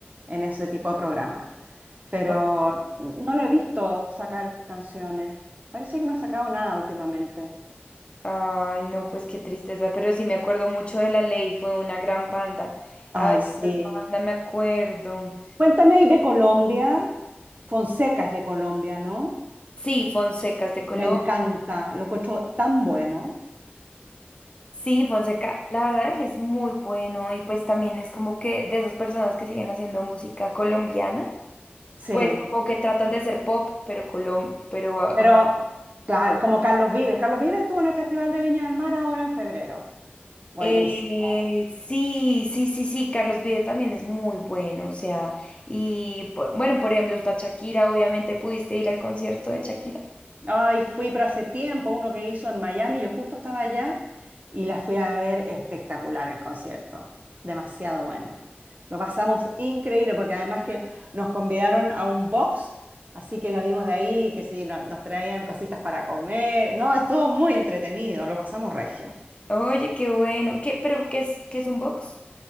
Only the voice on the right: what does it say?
en ese tipo de programas. Pero
no lo he visto sacar canciones. Parece que no ha sacado nada últimamente.
Ay,
sí.
Cuéntame ahí de Colombia. Fonseca es de Colombia, ¿no?
Me Así que no. encanta, lo encuentro tan bueno.
Sí,
Bueno,
pero
claro, como Carlos Vives. Carlos Vives estuvo en el Festival de Viña del Mar ahora en febrero. Buenísimo.
Ay, fui, pero hace tiempo uno que hizo en Miami, yo justo estaba allá y la fui a ver espectacular el concierto. Demasiado bueno. Lo pasamos increíble porque además que nos convidaron a un box, así que la vimos de ahí, que sí, no- nos traían cositas para comer. No, estuvo muy entretenido, lo pasamos regio.